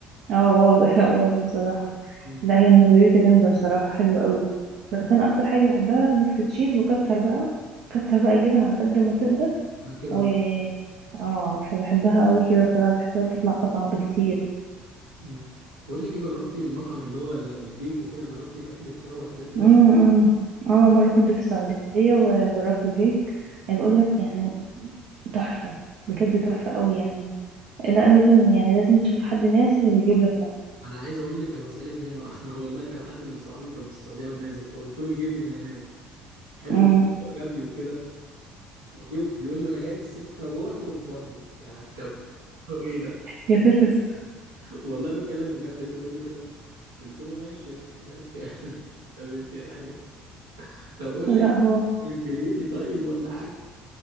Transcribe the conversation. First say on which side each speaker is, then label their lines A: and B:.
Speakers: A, on the right; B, on the right.
A: اه واضح لا واضح بصراحة
B: مم.
A: لا هي المارجريتا جامدة بصراحة حلوة قوي بس أنا أكتر حاجة بحبها ميكس تشيز وكتر بقى كتر بقى جبن على قد ما تقدر
B: انا كده
A: و
B: برضه
A: اه فبحبها قوي كده بصراحة بحسها بتطلع أطعم بكتير
B: مم. بقول لك ايه جربتي المطعم اللي هو ال- البيك وكده جربتي الاكل بتاعه والحاجات دي
A: امم
B: عشان
A: اه مرة كنت في السعودية وجربت البيك عايز أقول لك يعني تحفة بجد تحفة قوي يعني لا لازم يعني لازم تشوف حد نازل ويجيب لك معاه
B: انا عايز اقول لك انا بسالك ليه انا <laughs> انا والله كان حد من صحابي كان في السعوديه ونازل فقلت له يجيب لي من هناك حلو
A: امم
B: جاب لي وكده وجي بيقول لي وانا جاي في السكه جوعت قمت واكله يعني طب <laughs> ايه ده
A: يا فاكس
B: والله بتكلم بجد لقيته بيقول لي كده قلت له ماشي يا اسطى ماشي <laughs> يعني طب إنت يعني طب قول لي
A: لا هو
B: من كليتي طيب ولا حاجه